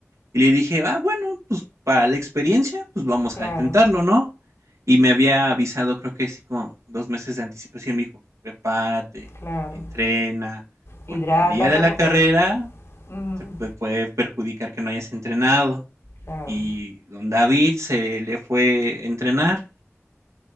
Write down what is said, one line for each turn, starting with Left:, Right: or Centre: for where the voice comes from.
Right: Y le dije, ah, bueno, pues para la experiencia, pues vamos
Left: claro,
Right: a intentarlo, ¿no? Y me había avisado, creo que sí, con dos meses de anticipación, me dijo, prepárate,
Left: claro.
Right: entrena, porque
Left: Hidrátate
Right: el día de la
Left: porque...
Right: carrera
Left: mm,
Right: te pu- puede perjudicar que no hayas entrenado.
Left: claro,
Right: Y don David se le fue a entrenar.